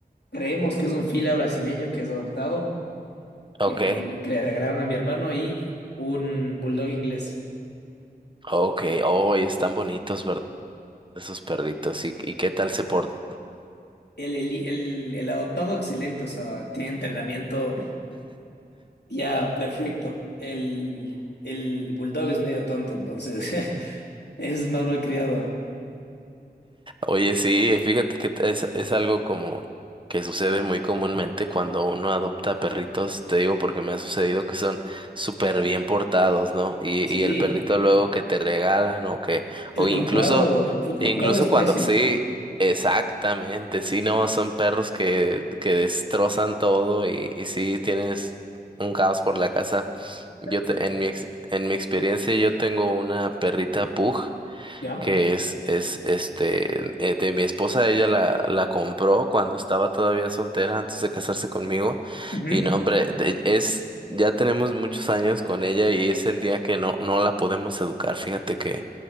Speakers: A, on the left; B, on the right.
A: creemos que es un fila brasileño que es adoptado, que,
B: Ok,
A: que, le que le regalaron a mi hermano y un bulldog inglés.
B: ok, oh, y están bonitos, ¿verdad? Esos perritos, ¿y, y qué tal se portan?
A: El, el, el, el adoptado excelente, o sea, tiene entrenamiento ya perfecto. El, el bulldog es medio tonto, entonces <laughs> es más malcriado.
B: Oye, sí, fíjate que es, es algo como que sucede muy comúnmente cuando uno adopta perritos, te digo porque me ha sucedido que son súper bien portados, ¿no? Y,
A: Sí,
B: y el perrito luego que te regalan o que,
A: el
B: o incluso,
A: comprado, el comprado
B: incluso
A: es pésimo.
B: cuando, sí, exactamente, sí, no, son perros que, que destrozan todo y, y sí tienes un caos por la casa.
A: Exacto.
B: Yo te- en mi ex- en mi experiencia yo tengo una perrita pug
A: ¿Ya?
B: que es, es este, eh, de mi esposa, ella la, la compró cuando estaba todavía soltera antes de casarse conmigo.
A: Ujú,
B: Y no, hombre, de- es, ya tenemos muchos años con ella y es el día que no, no la podemos educar. Fíjate que,